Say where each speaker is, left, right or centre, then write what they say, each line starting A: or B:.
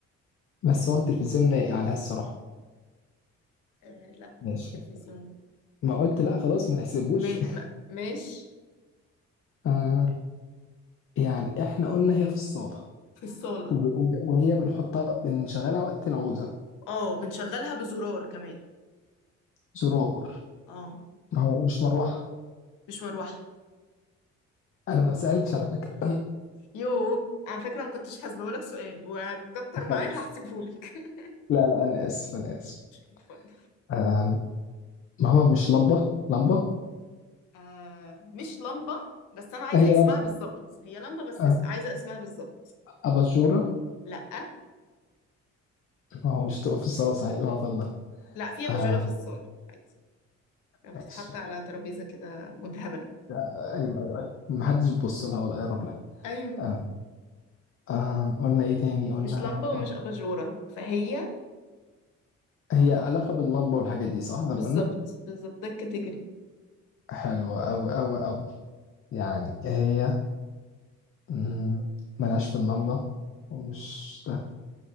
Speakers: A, on the left (about 45°); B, on the left (about 85°).
A: بس هو التلفزيون لايق عليها الصراحة
B: آه لا
A: ماشي
B: مش تلفزيون
A: ما قلت لا خلاص ما تحسبوش
B: م... م... مش
A: <laughs> آه يعني احنا قلنا هي في الصالة
B: في الصاله
A: وب- وب- وهي بنحطها بنشغلها وقت العوزة
B: اه بنشغلها بزرار كمان
A: زرار
B: اه
A: ما هو مش مروحة
B: مش مروحة
A: انا ما سألتش على فكرة <coughs>
B: يوه على فكرة ما كنتش هسيبهولك سؤال وهتكتر
A: خلاص
B: معايا هحسبهولك <laughs>
A: لا لا انا اسف انا اسف
B: اتفضل
A: آه ما هو مش لمبة لمبة
B: آه مش لمبة بس أنا عايزة
A: هي
B: اسمها
A: لمبة
B: بالظبط هي لمبة بس
A: آه
B: اس- عايزة اسمها بالظبط
A: أباجورة
B: لأ
A: ما هو مش هتبقى في الصالة صحيح الهطل ده
B: لأ في أباجورة
A: آه
B: في الصالة عادي يعني
A: ماشي
B: بتتحط على ترابيزة كده مذهبة
A: ايوه ايوه ايوه محدش بيبص لها ولا يقرب لها
B: <laughs> ايوه
A: آه. آه. قلنا ايه تاني قلنا,
B: مش لمبة
A: قلنا.
B: ومش أباجورة فهي
A: هي علاقة باللمبة والحاجات دي صح زي
B: بالظبط
A: ما قلنا
B: بالظبط ده الكاتيجوري
A: حلوة أوي أوي أوي يعني هي مم، ملهاش في اللمبة ومش ده